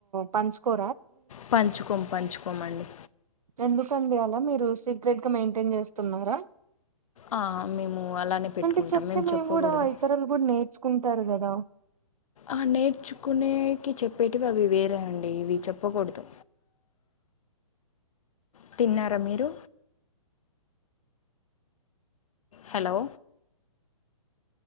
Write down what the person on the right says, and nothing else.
పంచుకో
ఎందుకండి అలా మీరు సీక్రెట్గా మెయింటేన్ చేస్తున్నారా
అంటే చెప్తే మేము
కూడా ఇతరులు కూడా నేర్చుకుం టారు కదా
<unintelligible>